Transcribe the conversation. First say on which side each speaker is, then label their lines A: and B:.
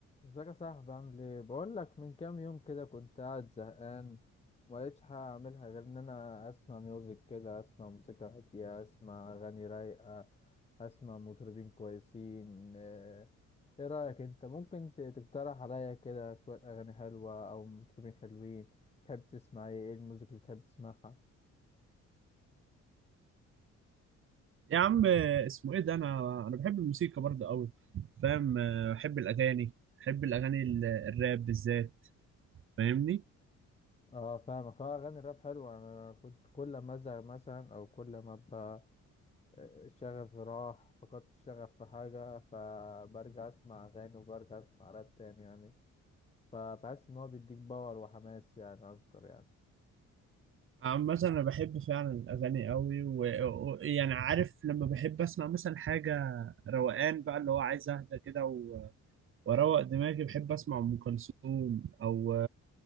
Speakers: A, on the left; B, on the right.
A: ازيك يا صاحبي عامل ايه بقول لك من كام يوم كده كنت قاعد زهقان وما لقيتش حاجه اعملها غير ان انا اسمع ميوزك كده اسمع موسيقى هاديه اسمع اغاني رايقه اسمع مطربين كويسين آه، ايه رايك انت ممكن ت- تقترح عليا كده شويه اغاني حلوه او مطربين حلوين تحب تسمع ايه ايه الموسيقى اللي بتحب تسمعها
B: يا عم اسمه ايه ده انا انا بحب الموسيقى برضه قوي فاهم آه، بحب الاغاني بحب الاغاني ال- الراب بالذات فاهمني
A: اه فاهمك اه اغاني الراب حلوه انا كنت كل ما ازهق مثلا او كل ما ابقى شغفي راح فقدت الشغف في حاجة فبرجع أسمع أغاني وبرجع أسمع راب تاني يعني فبحس إن هو بيديك باور وحماس يعني أكتر يعني
B: عامة انا بحب فعلا الاغاني قوي ويعني عارف لما بحب اسمع مثلا حاجة روقان بقى اللي هو عايز اهدى كده و- واروق دماغي بحب اسمع ام كلثوم او